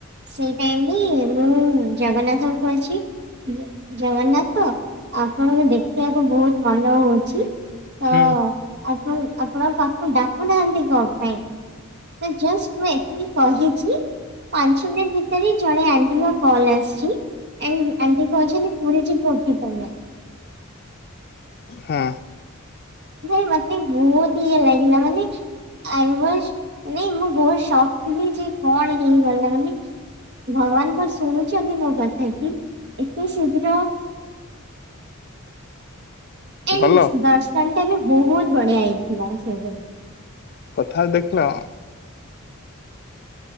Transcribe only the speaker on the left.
ହଁ।
ହୁଁ।
ଗଲ
କଥା ଦେଖିଲ।